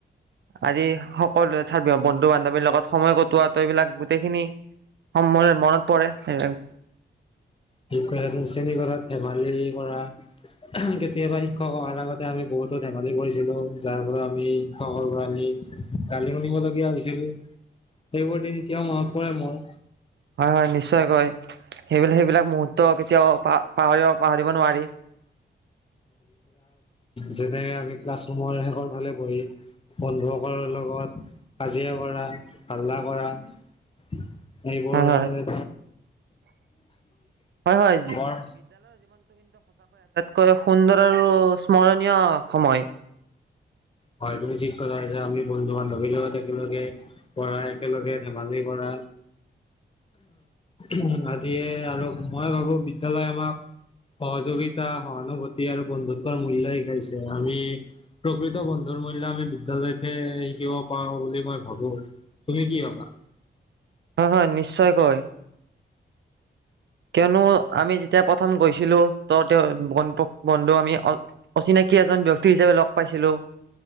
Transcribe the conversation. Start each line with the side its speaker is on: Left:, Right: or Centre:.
Right: আদি সকলো বন্ধু বান্ধৱীৰ লগত সময় কটোৱা তে এইবিলাক গোটেইখিনি সম মনত পৰে, সেই
Left: শিক্ষক <unintelligible> শ্ৰেণীকোঠাত ধেমালি কৰা, কেতিয়াবা শিক্ষক আহাৰ আগতে আমি বহুতো ধেমালি কৰিছিলো, যাৰ ফলত আমি শিক্ষকৰ পৰা আমি গালি শুনিব লগীয়া হৈছিলোঁ সেইবোৰ দিন এতিয়াও মনত পৰে মোৰ
Right: হয়, হয়, নিশ্চয়কৈ সেইবিল, সেইবিলাক মোদ তো কেতিয়াও পা পাহৰিব নোৱাৰি
Left: যেনেকে আমি ক্লাছৰুমৰ শেষৰ ফালে বহি বন্ধুসকলৰ লগত কাজিয়া কৰা, হাল্লা কৰা সেইবোৰ
Right: হয় হয়
Left: মানে
Right: হয় হয়
Left: বৰ
Right: কৈ সুন্দৰ আৰু স্মৰণীয় সময়।
Left: হয় তুমি ঠিক কথা হৈছে আমি বন্ধু বান্ধৱীৰ লগত একেলগে পঢ়া, একেলগে ধেমালি কৰা উ আদিয়ে আৰু মই ভাবো বিদ্যালয় আমাক সহযোগিতা সহানুভূতি আৰু বন্ধুত্বৰ মূল্য় শিকাইছে আমি প্ৰকৃত বন্ধু। বন্ধুৰ মূল্য আমি বিদ্যালয়তে শিকিব পাৰো বুলি মই ভাবো তুমি কি ভাবা।
Right: হয়- হয় নিশ্চয় কৈ। কিয়নো আমি যেতিয়া প্ৰথম। প্ৰথম গৈছিলো তহঁতেও বন্টোক। বন্ধু আমি অ' অচিনাকি এজন ব্যক্তি হিচাপে লগ পাইছিলো